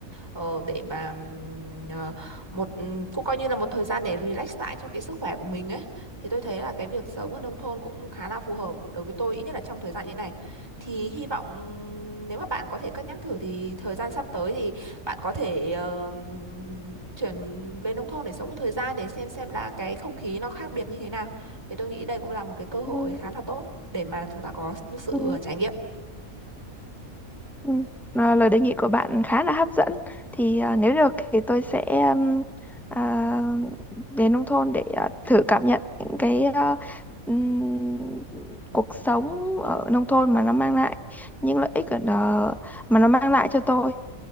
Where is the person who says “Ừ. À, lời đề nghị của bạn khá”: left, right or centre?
Centre